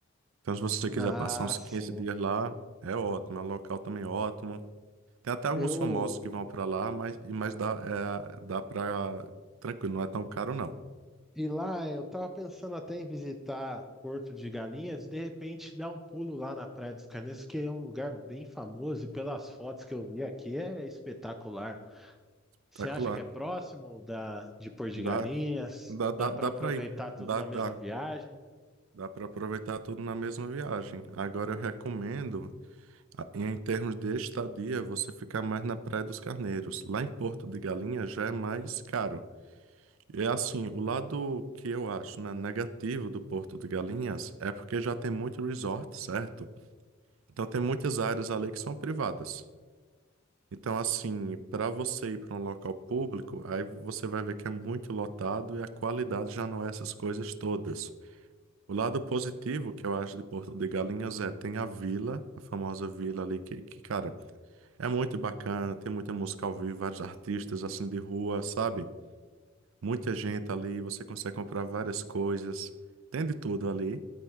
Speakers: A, on the right; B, in the centre.
A: Então, se você quiser
B: Ah,
A: passar uns
B: sim.
A: 15 dias lá, é ótimo, é um local também ótimo. Tem até alguns
B: Eu,
A: famosos que vão pra lá, mas, e- mas dá, é, dá pra. Tranquilo, não é tão caro não.
B: e lá eu tava pensando até em visitar Porto de Galinhas e de repente dar um pulo lá na Praia dos Carneiros, que é um lugar bem famoso e pelas fotos que eu vi aqui é espetacular. Você
A: Tranquilo
B: acha
A: lá.
B: que é próximo da de Porto de Galinhas?
A: Dá, dá, dá,
B: Dá para
A: dá
B: aproveitar
A: pra ir.
B: tudo
A: Dá,
B: na
A: dá.
B: mesma viagem?
A: Dá pra aproveitar tudo na mesma viagem. Agora eu recomendo, a- em termos de estadia, você ficar mais na Praia dos Carneiros. Lá em Porto de Galinhas já é mais caro. É assim, o lado que eu acho, né, negativo do Porto de Galinhas é porque já tem muito resort, certo? Então tem muitas áreas ali que são privadas. Então, assim, para você ir para um local público, aí você vai ver que é muito lotado e a qualidade já não é essas coisas todas. O lado positivo que eu acho de Porto de Galinhas é tem a vila, a famosa vila ali que, que, cara, é muito bacana, tem muita música ao vivo, vários artistas assim de rua, sabe? Muita gente ali, você consegue comprar várias coisas, tem de tudo ali.